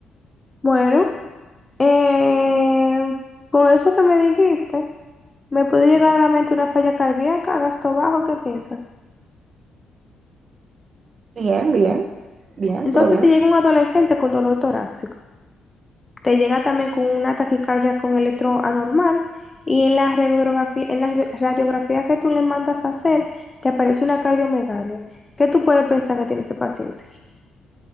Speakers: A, on the left (about 20°); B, on the right (about 50°).
A: Bueno, eh, con eso que me dijiste, me puede llegar a la mente una falla cardíaca a gasto bajo, ¿qué piensas?
B: Bien, bien, bien,
A: Entonces
B: todo bien.
A: te llega un adolescente con dolor torácico. te llega también con una taquicardia con electro anormal y en la radiografía, en la re- radiografía que tú le mandas a hacer te aparece una cardiomegalia. ¿Qué tú puedes pensar que tiene ese paciente?